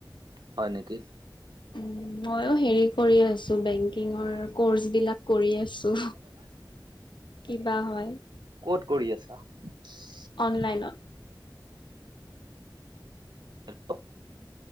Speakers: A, on the right (about 70°); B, on the left (about 80°).
A: হয় নিকি?
B: উ মইয়ো হেৰি কৰি আছো বেংকিঙৰ কৰ্চ বিলাক কৰি আছো কিবা হয়
A: ক'ত <unintelligible>
B: অনলাইনত
A: হেল্ল'